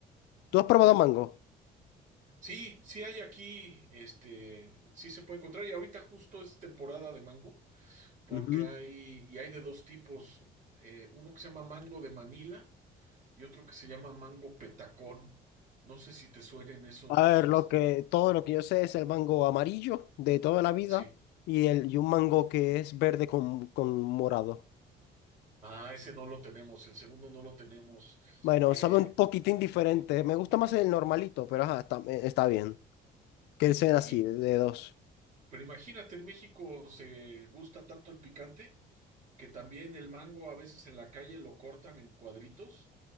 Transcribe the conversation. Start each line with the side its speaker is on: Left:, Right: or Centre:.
Left: ¿Tú
Right: no.
Left: has probado mango?
Right: Sí, sí hay aquí, este, sí se puede encontrar y ahorita justo es temporada de mango porque
Left: Ujú.
Right: hay, y hay de dos tipos, eh, uno que se llama mango de Manila y otro que se llama mango petacón. No sé si te suenen esos,
Left: A ver,
Right: este,
Left: lo que, todo lo que yo sé es el mango amarillo de toda la vida
Right: sí.
Left: y, el, y un mango que es verde con, con morado.
Right: Ah, ese no lo tenemos, el segundo no lo tenemos.
Left: Bueno,
Right: Eh,
Left: sabe un poquitín diferente. Me gusta más el normalito, pero ajá, está, eh, está bien. Que sean así,
Right: y,
Left: de, de dos.
Right: pero imagínate, en México se gusta tanto el picante que también el mango a veces en la calle lo cortan en cuadritos